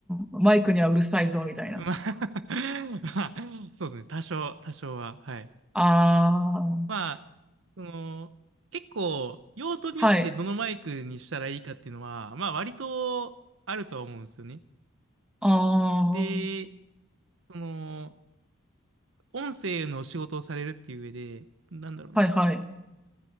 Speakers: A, in the centre; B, on the right.
A: マイクにはうるさいぞ、みたいな。
B: まあ <laughs>、まあ、そうですね、多少、多少は。はい。
A: ああ、
B: まあ、その、結構用途によってどのマイクにしたらいいかっていうのは、
A: はい、
B: まあ割とあるとは思うんですよね。
A: ああ、
B: で、
A: は
B: その、音声の仕事をされるっていう上で、なんだろうな。
A: い、はい。